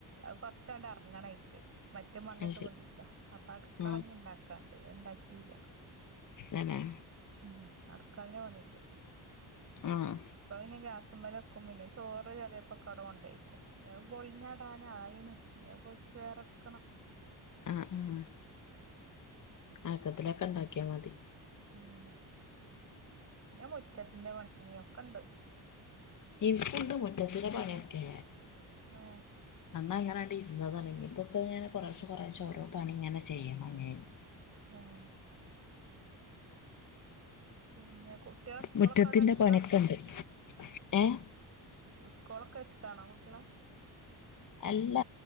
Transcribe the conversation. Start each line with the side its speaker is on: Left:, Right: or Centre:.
Right: അ കൊറച്ചാട ഇറങ്ങണക്ക് മറ്റേ മണ്ണിട്ട്
Left: അത് ശരി
Right: പൊന്തിച്ചാ അപ്പൊ അടുക്കളഞ്ഞ
Left: ഉം
Right: ഇണ്ടാക്കാണ്ട് ഉണ്ടാക്കിയില്ല
Left: എങ്ങനെ
Right: ഉം അടുക്കളന്റെ പണിണ്ട്
Left: ആഹ്
Right: ഇപ്പ പിന്നെ ഗ്യാസമല് ക്കും പിന്നെ ചോറ് അങ്ങപ്പാടെ കൊണ്ടേക്കും ഇനി പൊളിഞ്ഞടാന ആയിണ് ഇനി അത് പൊളിച്ച് വേറെ എടുക്കണം
Left: ആഹ് ആഹ് ആക്കത്തിലക്കെ ഉണ്ടാക്കിയാൽ മതി
Right: ഉം പിന്നെ മുറ്റത്തിന്റെ പണിയൊക്കെണ്ട്
Left: ഇവിടുംണ്ട് മുറ്റത്തിന്റെ പണിയൊക്കെ
Right: ആ
Left: അന്നങ്ങനെ ഇരുന്നതാണ് ഞാൻ ഇപ്പൊക്കെ കുറേശെ കുറേശെ ഓരോ പണിങ്ങനെ ചെയ്യണം ഞാൻ
Right: ആഹ് പിന്നെ കുട്ടികളെ സ്കൂളൊക്കെ
Left: മുറ്റത്തിന്റെ
Right: അവിടെ അടുത്താ
Left: പണിയൊക്കെണ്ട് ഏഹ്
Right: സ്കോളൊക്കെ അടുത്താണോ കുട്ട്യളെ
Left: അല്ല